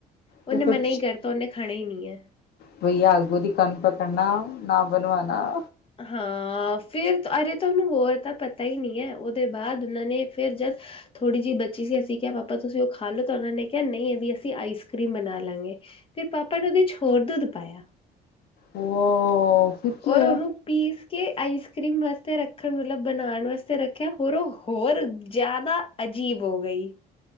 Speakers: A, on the left; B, on the left.
A: ਉਹਨੇ
B: ਤੇ ਫਿਰ
A: ਮਨਾ ਹੀ ਕਰਤਾ ਉਹਨੇ ਖਾਣਾ ਹੀ ਨਈ ਹੈ।
B: ਭਈਆ ਅੱਗੋ ਦੀ ਕਨ ਪਕੜਨਾ ਨਾ ਬਣਵਾਣਾ।
A: ਹਾਂ। ਫਿਰ ਅਰੇ ਤੁਹਾਨੂੰ ਹੋਰ ਤਾਂ ਪਤਾ ਹੀ ਨਈ ਹੈ ਉਹਦੇ ਬਾਦ ਉਹਨਾਂ ਨੇ ਫਿਰ ਜਦ ਥੋੜ੍ਹੀ ਜਿਹੀ ਬੱਚੀ ਸੀ ਅਸੀਂ ਕਿਹਾ ਪਾਪਾ ਤੁਸੀਂ ਉਹ ਖਾ ਲੋ ਤਾਂ ਉਹਨਾਂ ਨੇ ਕਿਹਾ ਨਹੀਂ ਇਹਦੀ ਅਸੀਂ ਆਈਸ ਕਰੀਮ ਬਣਾ ਲਾਂਗੇ। ਫਿਰ ਪਾਪਾ ਨੇ ਉਹਦੇ ਚ ਹੋਰ ਦੁੱਧ ਪਾਇਆ।
B: ਉਹ। ਫਿਰ ਕੀ ਹੋਇਆ
A: ਔਰ ਉਹਨੂੰ ਪੀਸ ਕੇ ਆਈਸ ਕਰ੍ਰੀਮ ਵਾਸਤੇ ਰੱਖਣ ਵਾਲਾ ਬਣਾਉਣ ਵਾਸਤੇ ਰੱਖਿਆ ਹੋਰ ਉਹ ਹੋਰ ਜਾਦਾ- ਅਜੀਬ ਹੋ ਗਈ।